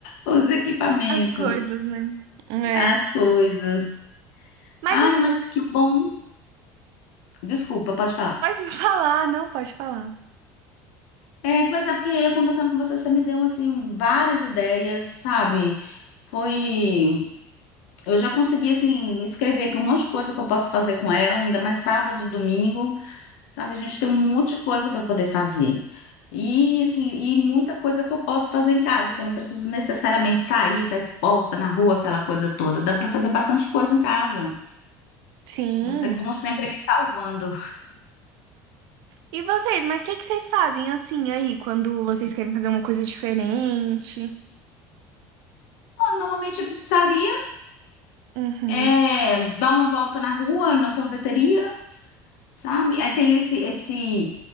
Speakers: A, on the left; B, on the right.
A: os equipamentos,
B: As coisas, né? É.
A: as coisas.
B: Mas,
A: Ai,
B: assim,
A: mas que bom. Desculpa, pode falar.
B: pode <laughs> falar, não pode falar.
A: É, pois é, porque eu conversando com você, você me deu, assim, várias ideias, sabe? Foi... Eu já consegui, assim, escrever aqui um monte de coisa que eu posso fazer com ela, ainda mais sábado, domingo, sabe? A gente tem um monte de coisa para poder fazer. E, assim, e muita coisa que eu posso fazer em casa, que eu não preciso necessariamente sair, estar exposta na rua, aquela coisa toda. Dá para fazer bastante coisa em casa.
B: Sim.
A: Você, como sempre, me salvando.
B: E vocês, mas o que que vocês fazem, assim, aí, quando vocês querem fazer uma coisa diferente?
A: Ó, Normalmente a pizzaria
B: Uhum.
A: é dar uma volta na rua, na sorveteria, Sabe? Aí tem esse, esse,